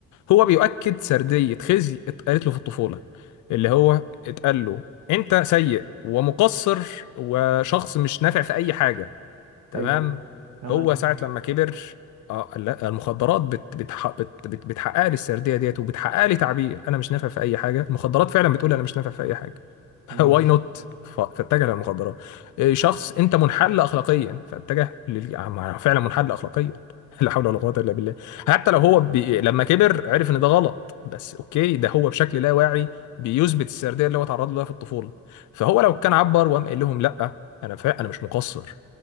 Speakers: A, on the left (about 75°); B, on the right (about 55°).
A: هو بيؤكد سردية خزي اتقالت له في الطفولة اللي هو اتقال له انت سيء ومقصر وشخص مش نافع في اي حاجة تمام
B: حلو تمام
A: هو ساعة لما كبر اه لا، المخدرات بت بتح بت بت بتحقق لي السرديه ديت وبتحقق لي تعبير انا مش نافع في اي حاجه المخدرات فعلا بتقول انا مش نافع في اي حاجه <laughs>
B: ماشي
A: واي نوت فاتجه للمخدرات إيه، شخص انت منحل اخلاقيا فاتجه لل... عم- فعلا منحل اخلاقيا <laughs> لا حول ولا قوه الا بالله حتى لو هو بي... لما كبر عرف ان ده غلط بس اوكي ده هو بشكل لا واعي بيثبت السرديه اللي هو اتعرض لها في الطفوله فهو لو كان عبر وقام قال لهم لا انا فا... انا مش مقصر